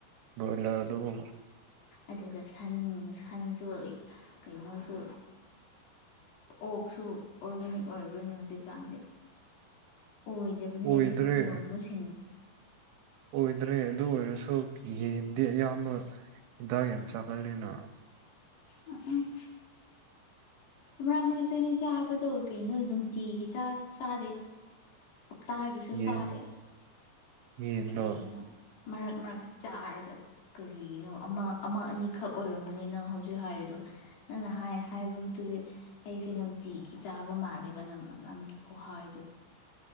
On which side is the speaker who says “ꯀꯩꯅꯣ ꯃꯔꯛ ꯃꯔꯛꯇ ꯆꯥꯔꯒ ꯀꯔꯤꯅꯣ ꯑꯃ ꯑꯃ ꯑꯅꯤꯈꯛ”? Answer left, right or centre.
Left